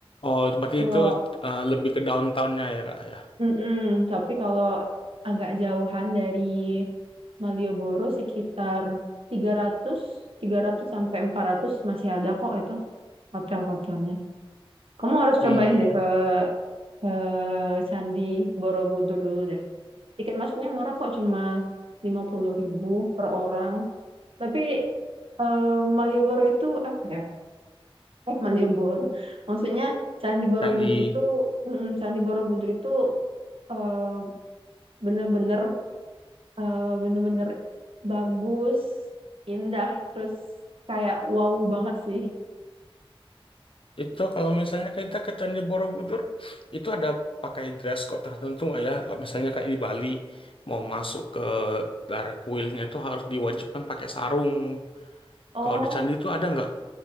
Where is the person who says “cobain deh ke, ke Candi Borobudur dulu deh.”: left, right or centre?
Right